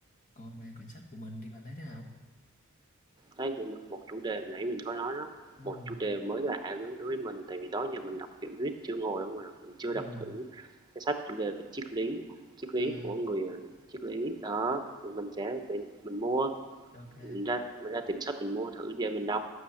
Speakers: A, on the left; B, on the right.
A: còn về quyển sách của mình thì bạn thấy thế nào
B: Đấy, một một chủ đề nãy mình có nói đó,
A: ừ
B: một chủ đề mới lạ đối với mình tại vì đó giờ mình đọc tiểu thuyết chưa ngồi không à, mình chưa
A: ừ
B: đọc thử cái sách chủ đề về triết lý, triết
A: à,
B: lý của người ờ, triết lý. Đó, thì mình sẽ mình, mình mua,
A: ok
B: mình ra mình ra tìm sách mình mua thử về mình đọc